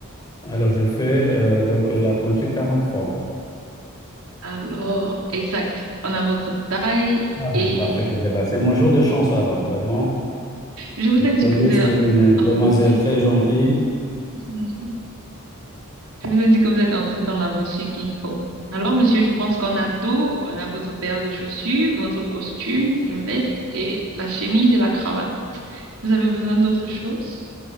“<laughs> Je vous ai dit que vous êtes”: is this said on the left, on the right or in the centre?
Right